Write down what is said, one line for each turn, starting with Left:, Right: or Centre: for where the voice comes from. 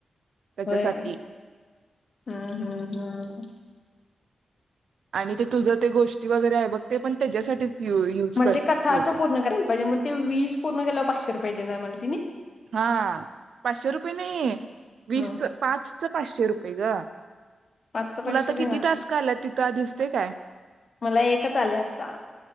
Right: त्याच्यासाठी
Left: होय. हम्म हम्म हम्म.
Right: आणि ते तुझं ते गोष्टी वगैरे आहे बघ. ते पण त्याच्यासाठीच यू यूज
Left: मला
Right: करतील
Left: ते कथाचं
Right: बहुतेक
Left: पूर्ण करायला पाहिजे. म ते वीस पूर्ण केलं पाचशे रुपये देणार मला तिनी.
Right: हा. पाचशे रुपये नाही, वीसच
Left: मग
Right: पाचंच पाचशे रुपये पहि ग
Left: पाच चं
Right: तुला
Left: पाचशे
Right: आता
Left: देणार.
Right: किती टास्क आल्यात तिथं दिसते काय
Left: मला एकच आले आता.